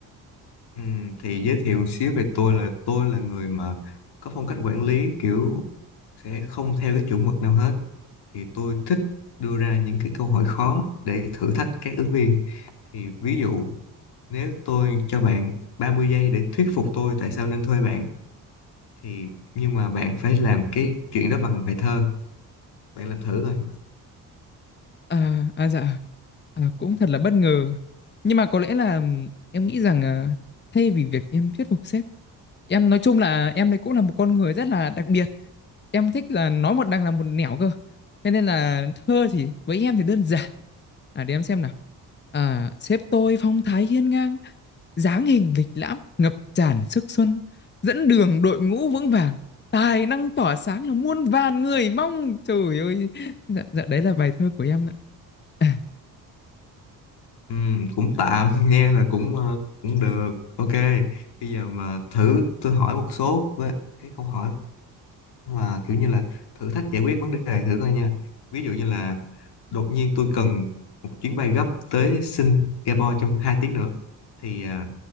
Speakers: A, on the left; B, on the left.
A: Ừm, thì giới thiệu một xíu về tôi là tôi là người mà có phong cách quản lý kiểu sẽ không theo cái chuẩn mực nào hết thì tôi thích đưa ra những cái câu hỏi khó để thử thách các ứng viên thì ví dụ nếu tôi cho bạn 30 giây để thuyết phục tôi tại sao nên thuê bạn thì nhưng mà bạn phải làm cái chuyện đó bằng bài thơ bạn làm thử coi
B: À, à dạ, à, cũng thật là bất ngờ. Nhưng mà có lẽ là ừm, em nghĩ rằng à, thay vì việc em thuyết phục sếp, em nói chung là em đây cũng là một con người rất là đặc biệt. Em thích là nói một đằng làm một nẻo cơ. Thế nên là thơ thì với em thì đơn giản. À để em xem nào. À, sếp tôi phong thái hiên ngang dáng hình lịch lãm ngập tràn sức xuân dẫn đường đội ngũ vững vàng tài năng tỏa sáng là muôn vàn người mong trời ơi dạ, dạ đấy là bài thơ của em ạ. à,
A: Ừm, cũng tạm <laughs> nghe là cũng ờ, cũng được ok bây giờ mà thử tôi hỏi một số với cái câu hỏi mà kiểu như là thử thách giải quyết vấn đề thử coi nha ví dụ như là đột nhiên tôi cần một chuyến bay gấp tới Singapore trong 2 tiếng nữa thì à,